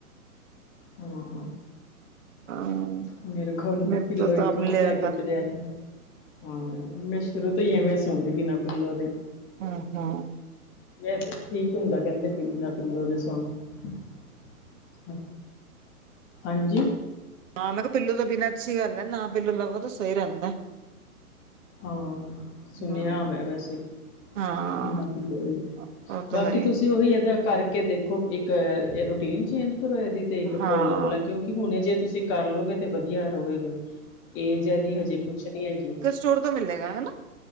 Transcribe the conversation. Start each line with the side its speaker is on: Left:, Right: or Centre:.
Left: ਹੁੰ।
Right: ਹਾਂ
Left: ਮੇਰੇ ਕੋਲ
Right: ਮੇਰੇ
Left: ਪਿੱਲੋ
Right: ਤੋਂ
Left: ਇੱਕ
Right: ਤਾਂ ਆਪ
Left: ਵੀ ਨੀ
Right: ਲਿਆ
Left: ਲੈ
Right: ਜਾਂਦਾ
Left: ਕੇ ਪਿਆ ਜਾਂਦਾ। ਹਾਂ, ਮੈਂ ਸ਼ ਸ਼ੁਰੂ ਤੋਂ ਹੀ ਐਵੇਂ ਸੋਂਦੀ ਬਿਨਾਂ ਪਿਲੋ ਦੇ ਹੀ
Right: ਹਾਂ- ਹਾਂ।
Left: ਵੈਸੇ ਤਾਂ ਠੀਕ ਹੁੰਦਾ। ਕਹਿੰਦੇ ਬਿਨਾ ਪਿੱਲੋ ਦੇ ਸੋਣਾ। ਹਾਂਜੀ।
Right: ਹਾਂ ਮੈਂ ਕਿਹਾ ਪਿੱਲੌ ਤੋਂ ਬਿਨਾਂ ਅੱਛੀ ਗੱਲ ਹੈ ਨਾ ਪਿੱਲੂ ਲਵੋ ਤਾਂ ਸਹੀ ਰਹਿੰਦਾ।
Left: ਹਾਂ ਸੁਣਿਆ
Right: ਹਾਂ
Left: ਵੈਂ ਵੈਸੇ।
Right: ਹਾਂ
Left: ਬਿਨਾਂ ਪਿੱਲੋ ਦੇ
Right: ਉਹ ਤਾਂ
Left: ਬਾਕੀ
Right: ਹੈ ਹੀ
Left: ਤੁਸੀਂ ਉਹੀ ਇਹਏਦਾ ਕਰਕੇ। ਕੇ ਦੇਖੋ ਇੱਕ ਰੂਟੀਨ ਚੇਂਜ ਕਰੋ ਇਹਦੀ। ਤੇ ਇੱਕ ਕੋਲਰ
Right: ਹਾਂ
Left: ਵਾਲਾ ਕਿਉਂਕਿ ਹੁਣੇ ਜੇ ਤੁਸੀਂ ਕਰ ਲੋਗੇ ਤੇ ਵਧੀਆ ਰਹੋਗੇ। ਏਜ ਹਜੇ ਏਦੀ ਕੁਛ ਨੀ ਹੈਗੀ।
Right: ਚੋੜ ਤੋਂ ਮਿਲੇਗਾ ਹਨਾ।